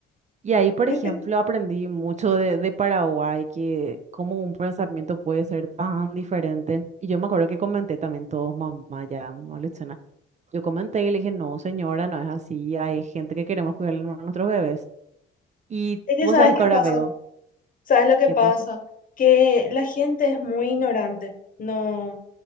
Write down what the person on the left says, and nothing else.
<laughs>
Es que
sabes
qué
pasa,
sabes lo que
pasa,
que la gente es muy ignorante. No,